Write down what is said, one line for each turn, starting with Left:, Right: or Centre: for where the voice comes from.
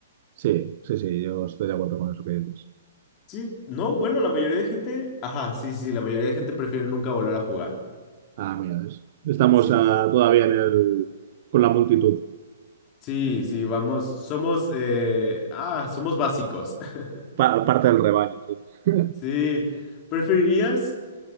Right: sí, sí, sí, yo estoy de acuerdo con eso que dices.
Left: Sí, no, bueno, la mayoría de gente, ajá, sí, sí, la mayoría de gente prefiere nunca volver a jugar.
Right: Ah, mira, es- estamos
Left: Sí,
Right: ah,
Left: sí,
Right: todavía en el, con la multitud,
Left: sí, sí, vamos, somos, eh, ah, somos básicos. <laughs>
Right: pa- parte del rebaño, sí. <laughs>
Left: Sí, ¿preferirías,